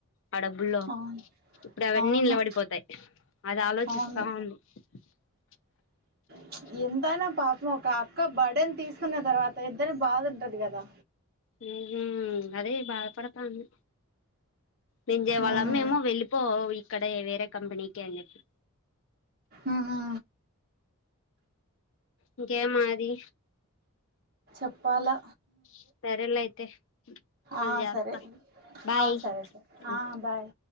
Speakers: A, on the left; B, on the right.
A: ఆ డబ్బుల్లో
B: అవును
A: ఇప్పుడవన్నీ
B: అవును
A: నిలబడిపోతాయి. అదా ఆలోచిస్తాం
B: అవును
A: ది. ప్చ్
B: ప్చ్ ఎంతైనా పాపముక్కా, అక్క భడెన్ తీసుకున్న తర్వాత ఇద్దర్ని బాధ ఉంటంది. కదా
A: హుహ్మ్ అదే బాధపడతాంది. నింజే వాళ్ళమ్మేమో,
B: మ్మ్
A: వెళ్ళిపో విళ్ క్కడే ఏ వేరే కంపెనీకె అన్నెద్ది.
B: ఆహా
A: ఇంకేం మాది
B: ఎప్పాల
A: ప్చ్ సరేలే అయితే, హ్మ్ మల్యస్తా
B: ఆ సరే
A: బాయ్
B: ఆ సరే
A: స్
B: సరే
A: హ్మ్
B: ఆ బాయ్